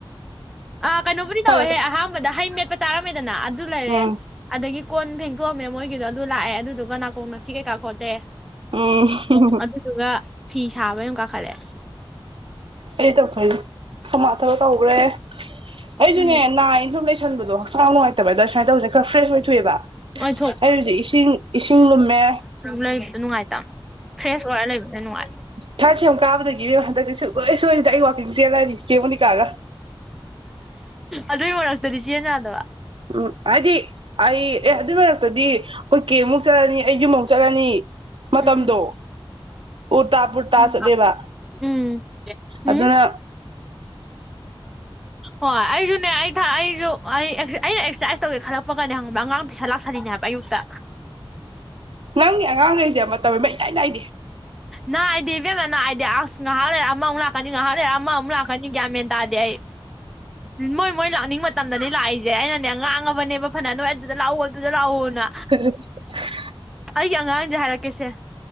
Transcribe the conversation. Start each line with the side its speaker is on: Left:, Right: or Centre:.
Centre: ꯑ ꯀꯩꯅꯣꯕꯨꯗꯤ
Right: ꯁꯥꯔꯣ
Centre: ꯇꯧꯋꯦꯍꯦ
Right: ꯁꯥꯔꯣ
Centre: ꯑꯍꯥꯟꯕꯗ ꯍꯩ ꯃꯦꯠꯄ ꯆꯥꯔꯝꯃꯦꯗꯅ ꯑꯗꯨ ꯂꯩꯔꯦ
Right: ꯎꯝ
Centre: ꯑꯗꯒꯤ ꯀꯣꯟ ꯐꯦꯡꯗꯣꯛꯑꯝꯃꯦ ꯃꯣꯏꯒꯤꯗꯣ ꯑꯗꯨ ꯂꯥꯛꯑꯦ ꯑꯗꯨꯗꯨꯒ ꯅꯥꯀꯣꯡ ꯅꯥꯁꯤꯄꯤ ꯀꯩꯀꯥ ꯈꯣꯠꯇꯦ
Right: ꯎꯝ
Centre: ꯑꯗꯨꯗꯨꯒ ꯐꯤ ꯁꯥꯕ ꯌꯥꯝ ꯀꯥꯈꯠꯂꯦ
Right: ꯑꯩ ꯇꯧꯊꯣꯏꯅꯤ ꯁꯃꯥꯊꯕ ꯇꯧꯈ꯭ꯔꯦ ꯑꯩꯁꯨꯅꯦ
Centre: ꯎꯝ
Right: ꯅꯥꯏꯅ ꯁꯨꯝ ꯂꯩꯁꯟꯕꯗꯣ ꯍꯛꯆꯥꯡ ꯅꯨꯡꯉꯥꯏꯇꯦ ꯕ ꯑꯗ ꯁꯨꯃꯥꯏꯅ ꯇꯧꯁꯦ ꯈꯔ ꯐ꯭ꯔꯦꯁ ꯑꯣꯏꯊꯣꯛꯑꯦꯕ
Centre: ꯅꯣꯏ
Right: ꯑꯩ ꯍꯧꯖꯤꯛ ꯏꯁꯤꯡ ꯏꯁꯤꯡ ꯂꯨꯝꯃꯦ
Centre: ꯂꯩꯕꯗꯣ ꯅꯨꯡꯉꯥꯏꯇꯕ ꯐ꯭ꯔꯦꯁ ꯑꯣꯏꯔ ꯂꯩꯕꯅ ꯅꯨꯡꯉꯥꯏ
Right: ꯊꯔꯁ ꯌꯥꯝ ꯀꯥꯕꯗꯒꯤꯅꯦ ꯍꯟꯗꯛꯇꯤ ꯁꯨꯣꯏ ꯁꯣꯏꯔꯤꯗ ꯑꯩ ꯋꯥꯀꯤꯡꯁꯦ ꯆꯦꯜꯂꯅꯤ ꯆꯦꯡꯉꯣꯅꯤꯀꯥꯒ
Centre: ꯑꯗꯨꯏ ꯃꯔꯛꯇꯗꯤ ꯆꯦ ꯌꯥꯗꯕ
Right: ꯎꯝ ꯍꯥꯏꯗꯤ ꯑꯩ ꯑꯦ ꯑꯗꯨꯏ ꯃꯔꯛꯇꯗꯤ ꯑꯩꯈꯣꯏ ꯀꯦꯃꯨꯛ ꯆꯠꯂꯅꯤ ꯑꯩ ꯌꯨꯝꯃꯨꯛ ꯆꯠꯂꯅꯤ ꯃꯇꯝꯗꯣ
Centre: ꯎꯝ
Right: ꯎ ꯇꯥ ꯄꯨꯔꯇꯥꯥ
Centre: ꯎꯝ
Right: ꯆꯠꯂꯦꯕ
Centre: ꯎꯝ ꯎꯝ
Right: ꯑꯗꯨꯅ
Centre: ꯍꯣꯏ ꯑꯩꯁꯨꯅꯦ ꯑꯩ ꯑꯩꯁꯨ ꯑꯩ ꯑꯩꯅ ꯑꯦꯛꯁꯔꯁꯥꯏꯖ ꯇꯧꯒꯦ ꯈꯔ ꯀꯞꯄ ꯀꯀꯅꯤ ꯍꯪꯕ ꯑꯉꯥꯡꯗꯤ ꯁꯥ ꯂꯥꯛꯁꯜꯂꯤꯅꯤꯅꯦꯕ ꯑꯌꯨꯛꯇ
Right: ꯅꯪꯒꯤ ꯑꯉꯥꯡꯈꯩꯁꯦ ꯑꯃ ꯃꯇꯝ ꯃ ꯏꯇꯥꯏ ꯅꯥꯏꯦ
Centre: ꯅꯅꯥꯏꯑꯗꯤ ꯏꯕꯦꯝꯅ ꯅꯥꯏꯗꯤ ꯑꯁ ꯉꯥꯏꯍꯥꯛ ꯂꯩꯔꯦ ꯑꯃꯃꯨꯛ ꯂꯥꯛꯀꯅꯤ ꯉꯥꯏꯍꯥꯛ ꯂꯩꯔꯦ ꯑꯃꯃꯨꯛ ꯂꯥꯛꯀꯅꯤ ꯒ꯭ꯌꯥꯃꯦꯟ ꯇꯥꯗꯤꯦ ꯑꯩ ꯃꯣꯏ ꯃꯣꯏ ꯂꯥꯛꯅꯤꯡꯕ ꯃꯇꯝꯗꯅꯤ ꯂꯥꯛꯏꯁꯦ ꯑꯩꯅꯅꯦ ꯉꯥꯡꯉꯕꯅꯦꯕ ꯐꯅ ꯅꯣꯏ ꯑꯗꯨꯗ ꯂꯥꯛꯑꯣ ꯑꯗꯨꯗ ꯂꯥꯛꯑꯣꯅ
Right: <unintelligible>
Centre: ꯑꯉꯥꯡ ꯍꯥꯏꯔꯛꯀꯦꯁꯦ